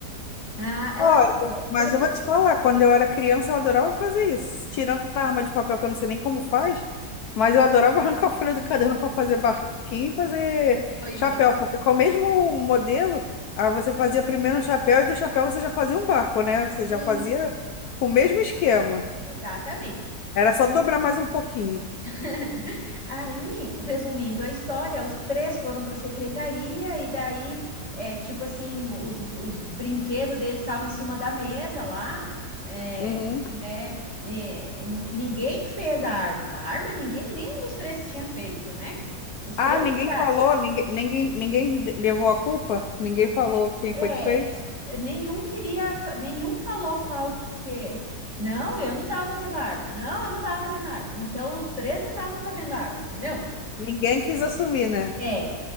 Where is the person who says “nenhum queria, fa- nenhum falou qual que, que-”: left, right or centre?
Right